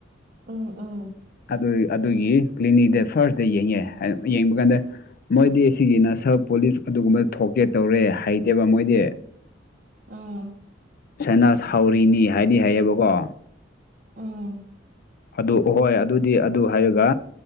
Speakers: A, on the right (about 45°); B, on the left (about 50°).
A: <inaudible>
B: ꯑꯗꯨ ꯑꯗꯨꯒꯤ ꯀ꯭ꯂꯤꯅꯤꯛꯛꯇ ꯐꯥꯔꯁꯇ ꯌꯦꯡꯉꯦ ꯌꯦꯡꯕ ꯀꯥꯟꯗ ꯃꯣꯏꯗꯤ ꯁꯤꯒꯤ ꯅꯁꯔ ꯄꯨꯣꯂꯤꯁ ꯑꯗꯨꯒꯨꯝꯕ ꯊꯣꯛꯀꯦ ꯇꯧꯔꯦ ꯍꯩꯇꯦꯕ ꯃꯣꯏꯗꯤ
A: ꯑꯥ
B: ꯁꯅꯥꯁ ꯍꯥꯎꯔꯤꯅꯤ ꯍꯥꯏꯗꯤ ꯍꯥꯏꯌꯦꯕꯀꯣ
A: ꯎꯝ
B: ꯑꯗꯨ ꯑꯍꯣꯏ ꯑꯗꯨꯗꯤ ꯑꯗꯨ ꯍꯥꯏꯔꯒ